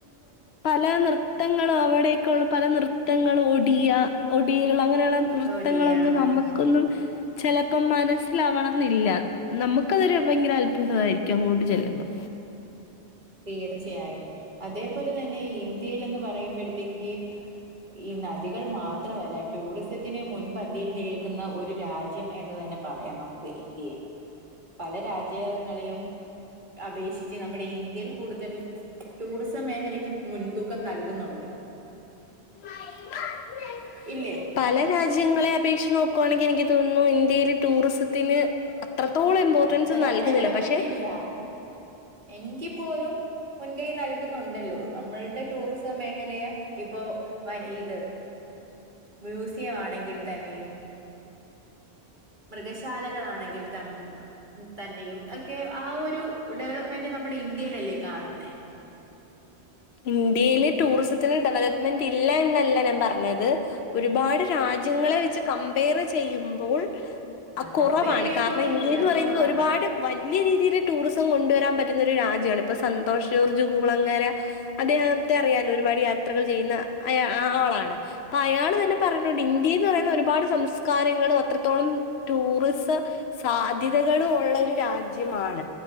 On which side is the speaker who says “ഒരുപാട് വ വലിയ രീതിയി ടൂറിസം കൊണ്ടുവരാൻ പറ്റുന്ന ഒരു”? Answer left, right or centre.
Left